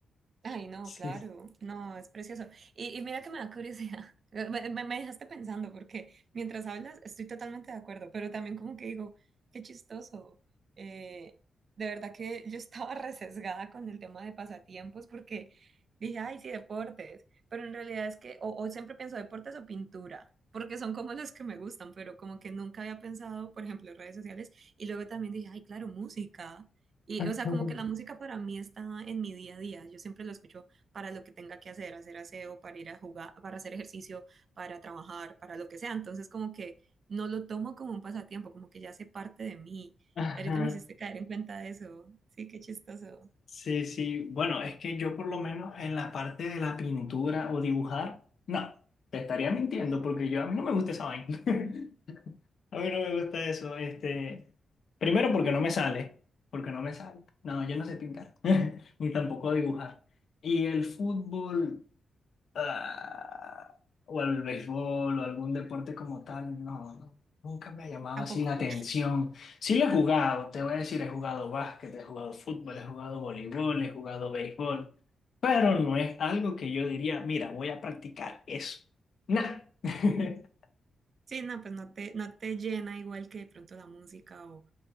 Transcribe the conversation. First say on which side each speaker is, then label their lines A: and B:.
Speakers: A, on the right; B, on the left.
A: Ay, no,
B: Sí.
A: claro, no, es precioso. Y, y mira que me da curiosidad, <laughs> me, me- me dejaste pensando porque mientras hablas estoy totalmente de acuerdo, pero también como que digo, qué chistoso. Eh, de verdad que yo estaba <laughs> resesgada con el tema de pasatiempos porque dije, ay, sí, deportes, pero en realidad es que, o, o siempre pienso deportes o pintura, porque son como los que me gustan, pero como que nunca había pensado, por ejemplo, redes sociales, y luego también dije, ay, claro, música. Y,
B: <laughs>
A: o sea, como que la música para mí está en mi día a día. Yo siempre lo escucho para lo que tenga que hacer, hacer aseo, para ir a jugar, para hacer ejercicio, para trabajar, para lo que sea. Entonces, como que no lo tomo como un pasatiempo, como que ya hace parte de mí.
B: Ajá.
A: Y ahorita me hiciste caer en cuenta de eso. Sí, qué chistoso.
B: Sí, sí. Bueno, es que yo por lo menos en la parte de la pintura o dibujar, no, te estaría mintiendo porque yo a mí no me gusta esa vaina. <laughs> A mí no me gusta eso. Este, primero porque
A: <laughs>
B: no me sale, porque no me sale. No, yo no sé pintar, <laughs> ni tampoco dibujar. Y el fútbol ah, o al béisbol o algún deporte como tal, no, no, nunca me ha llamado
A: Tampoco.
B: así la atención. Sí lo he jugado, te voy a decir, he jugado básquet, he jugado fútbol, he jugado voleibol, he jugado béisbol, pero no es algo que yo diría, mira, voy a practicar eso. Nah. <laughs>
A: Sí, no, pues no te, no te llena igual que de pronto la música o,